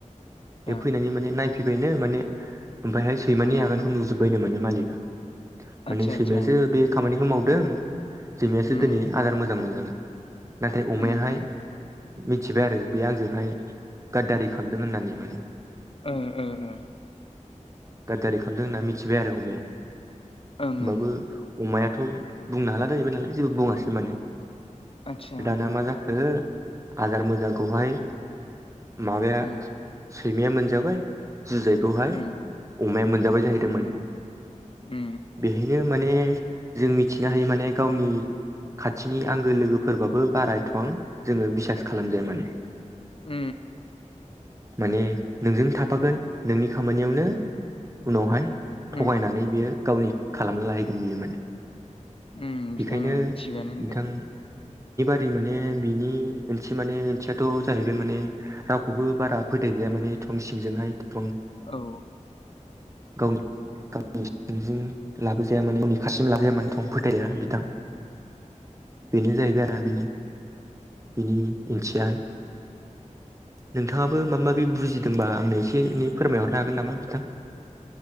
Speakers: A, on the left; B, on the right.
A: दा
B: बे फैनानै माने नायफैबायनो माने ओमफ्रायहाय सैमानि
A: उम
B: आगानखौ नुजोब्बायनो माने मालिकआ।
A: आतसा
B: माने
A: आतसा
B: सैमायासो बे खामानिखौ मावदों सैमायासो
A: उम
B: दिनै आदार मोजां मोनजागोन। नाथाय अमायाहाय
A: उम उम
B: मिथिबाय आरो बे आंजोंहाय गाददारि खालामदों होननानै माने।
A: ओ ओ ओ
B: गाददारि खामदों होनना मिथिबाय आरो अमाया होमबाबो
A: ओं ओं ओं
B: अमाया थ' बुंनो हाला जाहैबाय नालाय जेबो बुङासै माने।
A: आतसा
B: दाना
A: उम
B: मा जाखो आदार मोजांखौहाय माबाया
A: उम
B: सैमाया मोनजाबाय जुजायखौहाय
A: उम
B: अमाया मोनजाबाय जाहैदों
A: उम
B: माने
A: उम
B: बेहायनो माने जों मिथिनो हायो माने गावनि खाथिनि आंगो लोगोफोरबाबो बारा एथ'बां जोङो बिसास खालामजाया माने।
A: उम
B: माने नोंजों थाफागोन नोंनि खामानियावनो उनावहाय थगायनानै
A: उम
B: बियो गावनि खालामना लाहैगोन बियो माने
A: उम
B: बेखायनो
A: बिथां ओं थिगानो होनदों
B: बिथां। ओरै माने बिनि ओंथि माने ओंथियाथ' जाहैबायमाने रावखौबो बारा फोथाय जाया माने थं सिंजोंहाय थं
A: औ
B: गावनि गावनि सिंजों लाबोजाया माने <unintelligible> लाबोजाया माने थं फोथाया बिथां बेनो जाहैबाय आरो बिनि बिनि ओंथियाहाय। नोंथाङाबो माबा माबि बुजिदोंबा आंनो एसे एनै फोरमायहरनो हागोन नामा बिथां?